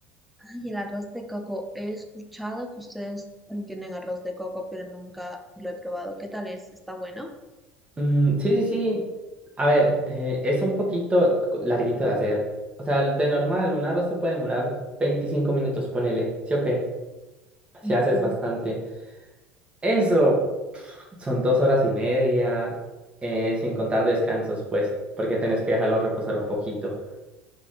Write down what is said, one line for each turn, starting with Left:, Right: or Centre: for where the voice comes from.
Centre: Ay, el arroz de coco. He escuchado que ustedes tienen arroz de coco, pero nunca lo he probado. ¿Qué tal es? ¿Está bueno?
Right: Mm, sí, sí, sí. A ver, eh, es un poquito co- larguito de hacer. O sea, de normal, un arroz te puede demorar 25 minutos, ponele. ¿Sí o qué? Si
Centre: Ujú.
Right: haces bastante. Eso son dos horas y media, eh, sin contar descansos, pues, porque tenés que dejarlo reposar un poquito.